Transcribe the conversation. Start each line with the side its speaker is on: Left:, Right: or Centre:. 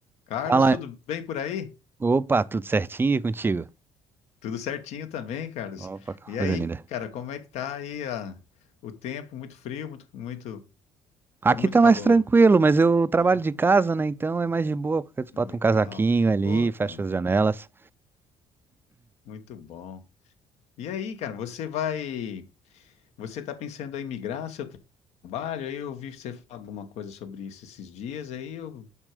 Left: Carlos,
Right: Fala.
Left: tudo bem por aí?
Right: Opa, tudo certinho e contigo?
Left: Tudo certinho também, Carlos.
Right: Opa,
Left: E
Right: coisa
Left: aí,
Right: linda.
Left: cara, como é que tá aí a- o tempo? Muito frio, muito, muito,
Right: Aqui
Left: ou muito
Right: tá
Left: calor?
Right: mais tranquilo, mas eu trabalho
Left: É,
Right: de casa, né? Então é mais de boa, porque tu
Left: Que
Right: bota
Left: legal.
Right: um casaquinho ali,
Left: Pô, cara,
Right: fecha as janelas.
Left: muito bom. E aí, cara, você vai, você tá pensando em migrar seu tra- trabalho? Aí eu ouvi você falar alguma coisa sobre isso esses dias, aí eu